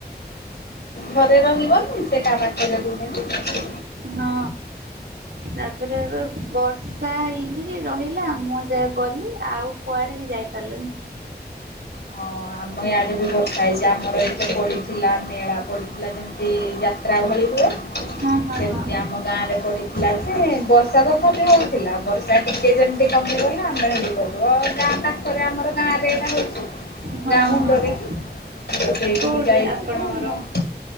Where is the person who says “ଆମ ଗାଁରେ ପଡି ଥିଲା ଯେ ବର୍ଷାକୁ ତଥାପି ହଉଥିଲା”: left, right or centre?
Left